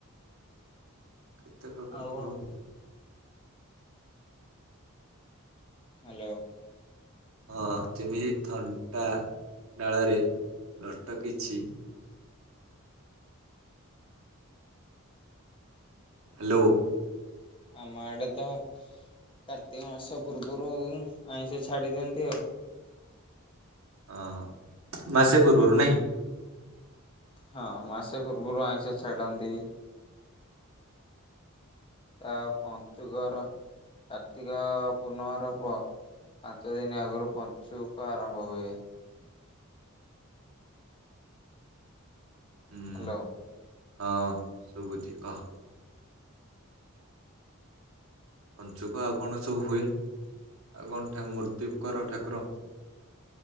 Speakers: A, on the right; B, on the left.
A: ଏତେ ପ୍ରକାର।
B: ଆଉ
A: <unintelligible>
B: କଣ? ହାଲୋ।
A: ହଁ ଯେମିତି ଥଣ୍ଟା ଡାଳରେ ଲଟକିଚି ହାଲୋ।
B: ଆମ ଆଡେ ତ କାର୍ତ୍ତିକ ମାସ ପୂର୍ବରୁ ଆଇଁଷ ଛାଡି ଦିଅନ୍ତି ଆଉ
A: ହଁ ମାସେ ପୂର୍ବରୁ ନାଇଁ କି?
B: ହଁ ମାସେ ପୂର୍ବରୁ ଆଇଁଷ ଛାଡ଼ନ୍ତି। ଆ ପଞ୍ଚୁକର କାର୍ତ୍ତିକ ପୂର୍ଣ୍ଣମାର ପ ପାଞ୍ଚ ଦିନ ଆଗରୁ ପଞ୍ଚୁକ ଆରମ୍ଭ ହୁଏ।
A: ହୁଁ।
B: ହ୍ୟାଲୋ।
A: ହଁ ଶୁଭୁଛି କହ। ପଞ୍ଚୁକ ଆଉ କଣ ସବୁ ହୁଏ ଆଉ କଣ ଠା ମୂର୍ତ୍ତି କର ଠାକୁର?